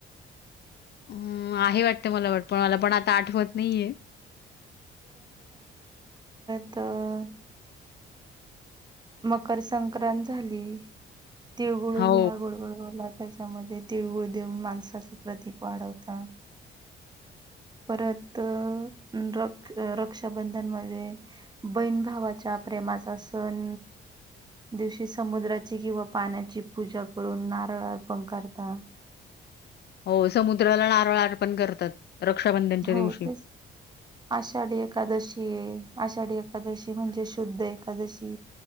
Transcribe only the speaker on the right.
तर मकर संक्रांत झाली तिळगुळ
घ्या गोड गोड बोला मध्ये तिळगुळ देऊन माणसाचं प्रतीक वाढवत परत र रक्षाबंधन मध्ये बहीण भावाच्या प्रेमाचा सण दिवशी समुद्राची किंवा पाण्याची पूजा करून नारळ अर्पण करतात
हो
तेच आषाढी एकादशी आहे आषाढी एकादशी म्हणजे शुद्ध एकादशी